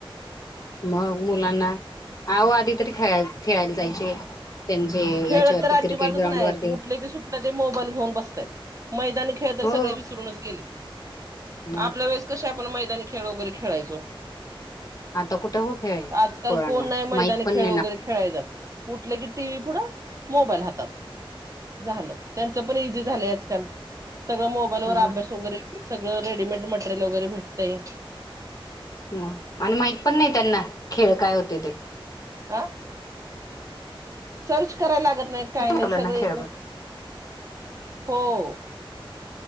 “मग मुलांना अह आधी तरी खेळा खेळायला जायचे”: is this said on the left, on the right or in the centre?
Left